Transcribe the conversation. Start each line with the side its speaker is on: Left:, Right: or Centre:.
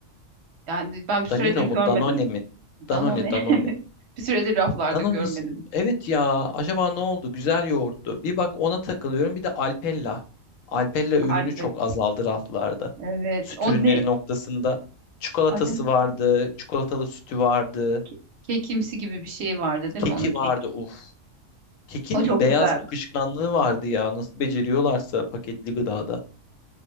Right: Yani ben bir süredir
Left: Danino
Right: görmedim
Left: mu Danone mi? Danone
Right: Danone. <laughs>
Left: Danone.
Right: Bir süredir raflarda
Left: Danonis.
Right: görmedim
Left: Evet ya acaba ne oldu? Güzel yoğurttu. Bir bak ona takılıyorum. Bir de Alpella. Alpella ürünü
Right: Alpen.
Left: çok azaldı raflarda.
Right: Evet.
Left: Süt
Right: O
Left: ürünleri
Right: ne?
Left: noktasında çikolatası
Right: Acaba
Left: vardı, çikolatalı sütü vardı,
Right: ke- kekimsi gibi bir şey vardı değil
Left: keki
Right: mi? Onun kek.
Left: vardı. Uf. Kekinin
Right: O çok
Left: beyaz
Right: güzel.
Left: akışkanlığı vardı ya. Nasıl beceriyorlarsa paketli gıdada.